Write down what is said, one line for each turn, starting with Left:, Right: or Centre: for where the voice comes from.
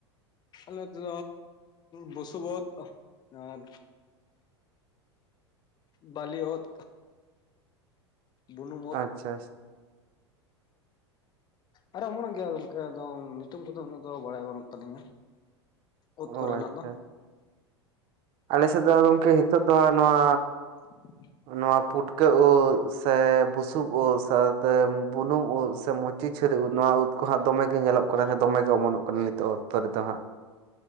Left: ᱟᱞᱮ ᱫᱚ ᱵᱚᱥᱩᱜ ᱳᱫ ᱟᱨ ᱵᱟᱞᱤ ᱳᱫ᱾ ᱵᱩᱱᱩᱢ ᱳᱫ
Right: ᱟᱪᱪᱷᱟ
Left: ᱟᱨᱮ ᱚᱢᱚᱱᱚᱜ ᱜᱮᱭᱟ ᱜᱚᱝᱠᱮ ᱟᱫᱚ ᱧᱩᱛᱩᱢ ᱠᱚᱫᱚ ᱩᱱᱟᱹᱜ ᱫᱚ ᱵᱟᱲᱟᱭ ᱵᱟᱹᱱᱩᱜ ᱛᱟᱹᱞᱤᱧᱟ᱾
Right: ᱚ
Left: ᱳᱫ ᱠᱚᱨᱮᱱᱟᱜ
Right: ᱟᱪᱪᱷᱟ
Left: ᱫᱚ
Right: ᱟᱞᱮ ᱥᱮᱫ ᱫᱚ ᱜᱚᱝᱠᱮ ᱱᱤᱛᱚᱜ ᱫᱚ ᱦᱟᱸᱜ ᱱᱚᱣᱟ᱾
Left: <unintelligible>
Right: ᱱᱚᱣᱟ ᱯᱩᱴᱠᱟᱹ ᱳᱫ ᱥᱮ ᱵᱩᱥᱩᱵ ᱳᱫ ᱥᱟᱶᱛᱮ ᱵᱩᱱᱩᱢ ᱳᱫ ᱥᱮ ᱢᱚ ᱪᱤᱪᱷᱟᱹᱨᱩ ᱱᱚᱣᱟ ᱩᱫ ᱠᱚ ᱦᱟᱸᱜ ᱫᱚᱢᱮ ᱜᱮ ᱧᱮᱞᱚᱜ ᱠᱟᱱᱟ ᱥᱮ ᱫᱚᱢᱮ ᱚᱢᱚᱱᱚᱜ ᱠᱟᱱᱟ ᱱᱤᱛᱚᱜ ᱚᱠᱛᱚ ᱨᱮᱫᱚ ᱦᱟᱸᱜ